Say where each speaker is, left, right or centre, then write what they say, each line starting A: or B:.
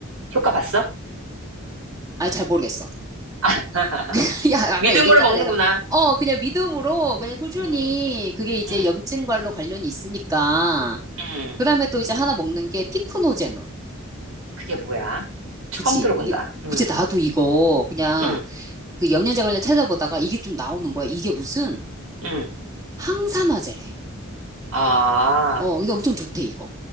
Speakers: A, on the right; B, on the right.
A: 효과 봤어?
B: 아 잘 모르겠어.
A: <laughs>
B: <laughs> 야 아까
A: 믿음으로
B: 얘기했잖아
A: 먹는구나.
B: 내가 어 그냥 믿음으로 그냥 꾸준히
A: 응,
B: 그게 이제
A: 응,
B: 염증과로 관련이 있으니까
A: 응.
B: 그다음에 또 이제 하나 먹는 게 피크노제놀.
A: 그게 뭐야? 처음
B: 그치.
A: 들어본다.
B: 이게,
A: 응,
B: 그치. 나도 이거 그냥
A: 응,
B: 그 영양제 관련 찾아보다가 이게 좀 나오는 거야. 이게 무슨
A: 응.
B: 항산화제래.
A: 아,
B: 어, 근데 엄청 좋대, 이거.